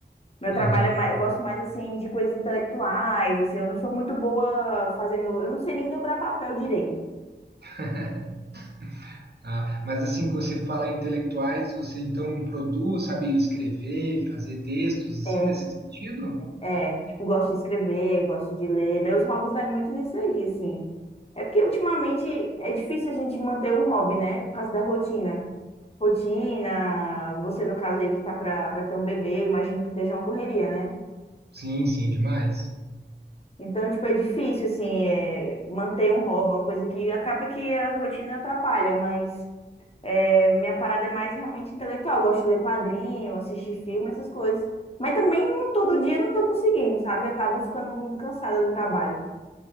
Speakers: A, on the left (about 35°); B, on the right (about 60°).
A: Meu trabalho
B: Uhum.
A: é mais, eu gosto mais assim de coisas intelectuais, assim, eu não sou muito boa fazendo, eu não sei nem dobrar papel direito.
B: <laughs> Ah, mas assim que você fala em intelectuais, você então produz, sabe escrever, fazer textos assim
A: É,
B: nesse sentido?
A: é, é, tipo, gosto de escrever, gosto de ler. Meus hobbies vai muito nisso aí, assim. É porque ultimamente é difícil a gente manter um hobby, né? Por causa da rotina. Rotina, você no caso aí que tá pra, pra ter um bebê, eu imagino que esteja uma correria, né?
B: Sim, sim, demais.
A: Então, tipo, é difícil, assim, é, manter um hobby, uma coisa que acaba que a rotina atrapalha, mas É, minha parada é mais realmente intelectual. Eu gosto de ler quadrinho, assistir filme, essas coisas. Mas também não, todo dia não tô conseguindo, sabe? Acabo ficando muito cansada do trabalho.